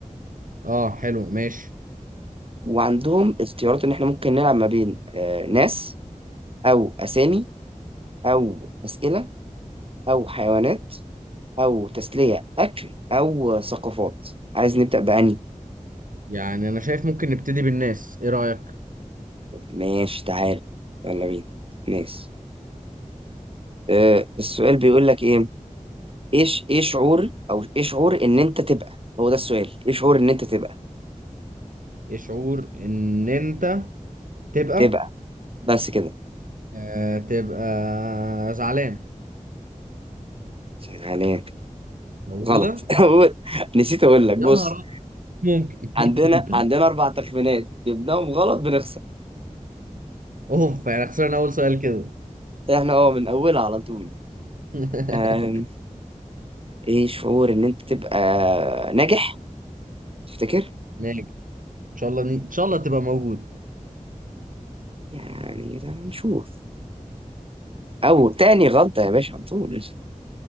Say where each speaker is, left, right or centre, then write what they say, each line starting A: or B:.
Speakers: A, on the right (about 80°); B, on the right (about 45°).
A: اه حلو ماشي
B: وعندهم اختيارات ان احنا ممكن نلعب ما بين آه، ناس او اسامي او اسئلة او حيوانات او تسلية اكل او ثقافات عايز نبدأ بأني
A: يعني انا شايف ممكن نبتدي بالناس ايه رأيك؟
B: ماشي تعال يلا بينا ناس أه السؤال بيقول لك ايه ايش ايه شعور او ايه شعور ان انت تبقى هو ده السؤال ايه شعور ان انت تبقى
A: ايه شعور ان انت تبقى
B: تبقى بس كده
A: آه تبقى زعلان
B: عليك
A: موجودة
B: غلط <laughs> أقول- نسيت اقول لك بص
A: يا نهار أبيض. ممكن
B: عندنا عندنا اربع
A: <laughs>
B: تخمينات جبناهم غلط بنخسر
A: اوف يعني خسرنا اول سؤال كده
B: احنا اه من اولها على طول
A: <laughs>
B: أم، ايه شعور ان انت تبقى ناجح تفتكر
A: ماشي ان شاء الله ان شاء الله تبقى موجود
B: يعني ده نشوف او تاني غلطة يا باشا على طول